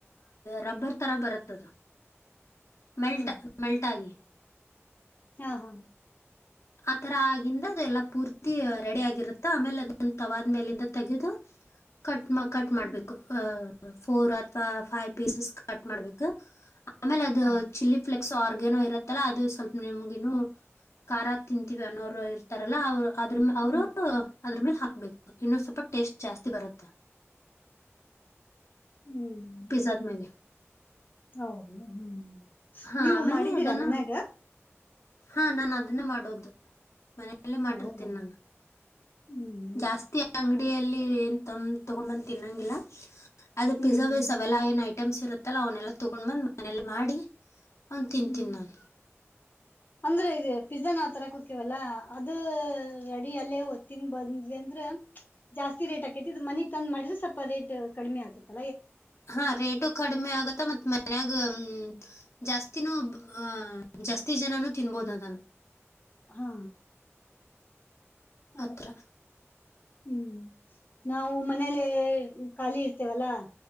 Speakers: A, on the left (about 70°); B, on the left (about 40°).
A: ರಬ್ಬರ್ ತರ ಬರುತ್ತದು ಮೆಲ್ಟ್
B: ಹ್ಮ್
A: ಮೆಲ್ಟ್ ಆಗಿ
B: ಹಾ ಹಾ
A: ಆತರ ಆಗಂದ ಅದೆಲ್ಲಾ ಪೂರ್ತಿ ರೆಡಿ ಆಗಿರುತ್ತೆ ಆಮೇಲೆ ಅದ ತವಾದ್ಮೇಲಿಂದ ತೆಗೆದು ಕಟ್ ಕಟ್ ಮಾಡ್ಬೇಕು
B: ಹ್ಮ್
A: ಅ ಫೋರ್ ಅಥವಾ ಫೈವ್ ಪೀಸಸ್ ಕಟ್ ಮಾಡ್ಬೇಕು ಆಮೇಲೆ ಅದು
B: ಹಾ
A: ಚಿಲ್ಲಿ ಫ್ಲಲೆಕ್ ಆರ್ಗೇನೋ ಇರತ್ತಲ್ಲ ಅದು ಸ್ವಲ್ಪ ನಿಮ್ಗ ಖ ತಿಂತೀವಿ ಅನ್ನೋರು ಇರ್ತಾರಲ್ಲ ಅವ್ರು ಅದ್ರ ಅವರು
B: ಹ್ಮ್
A: ಅದ್ರ ಮೇಲೆ ಹಾಕ್ಬೇಕು ಇನ್ನೊಂದು ಸ್ವಲ್ಪ ಟೇಸ್ಟ್ ಜಾಸ್ತಿ ಬರುತ್ತ
B: ಹ್ಮ್
A: ಪಿಜ್ಜಾದ ಮೇಲೆ
B: ಹೌದು ಹ್ಮ್
A: ಹಾ
B: ನೀವು
A: ಆಮೇಲೆ
B: ಮಾಡಿದ್ದೀರಾ
A: ಅದನ್ನ
B: ಮನ್ಯಾಗ
A: ಹಾ ನಾನ್ ಅದನ್ನ ಮಾಡೋದು ಮ ಲ್ಲ ಮಾಡಿರ್ತೇನೆ
B: ಹೌದಾ
A: ನಾನು
B: ಹ್ಮ್
A: ಜಾಸ್ತಿ ಅಂಗಡಿಯಲ್ಲಿ ತಗೋ ಬಂದ್ ತಿನ್ನೊಂಗಿಲ್ಲ ಅದು
B: ಹ್ಮ್
A: ಪಿಸರ್ವೇ ಸವಲಾಯ ನಾಯು ಐಟಮ್ಸ್ ಇರುತ್ತಲ್ಲ ಅವನ್ನೆಲ್ಲ ತಗೊಂಡ್ ಬಂದು ಮನೇಲಿ ಮಾಡಿ ಆ ತಿಂತಿನ್
B: ಹ್ಮ್
A: ನಾನು
B: ಅಂದ್ರೆ ಇದೆ ಪಿಜ್ ನಾವ ತರಕುಕ್ಕವಲ್ಲ ಅದು ರೆಡಿ ಅಲ್ಲೇ ತಿಂದ್ ಬಂದ್ವಿ ಅಂದ್ರೆ ಜಾಸ್ತಿ ರೇಟ್ ಆಕೈತಿ ಇ ಮನಗ್ ತಂದ ಮಾಡಿದ್ರೆ ಸ್ವಲ್ಪ ರೇಟ್ ಕಡಿಮೆ ಆಗ್ತತ
A: ಹಾ ರೇಟು ಕಡಿಮೆ ಆಗತ್ತ ಮತ್ತ್ ಮನ್ಯಾಗ ಹ್ಮ ಜಾಸ್ತಿನೂ ಅಹ ಜಾಸ್ತಿ ಜನನುೂ ತಿನ್ಬೋದ ಅದಲ್ಲ
B: ಹಾ ಅದೇ
A: ಅತ್ರ
B: ಹ್ಮ್ ನಾವು ಮನೇಲೆ ಖಾಲಿ ಇರ್ತೇವಲ್ಲಾ